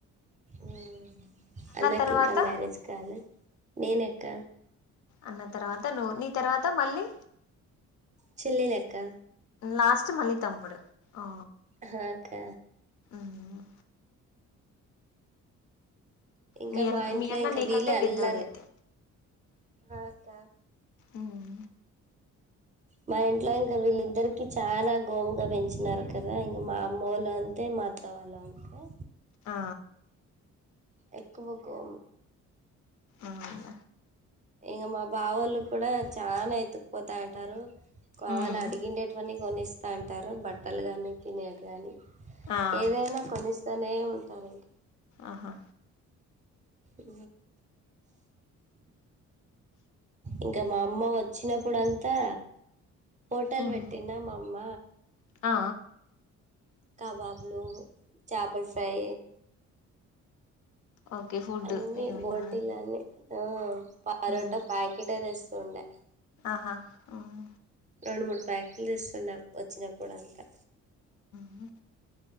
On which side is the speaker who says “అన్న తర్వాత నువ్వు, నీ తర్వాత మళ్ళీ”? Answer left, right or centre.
Left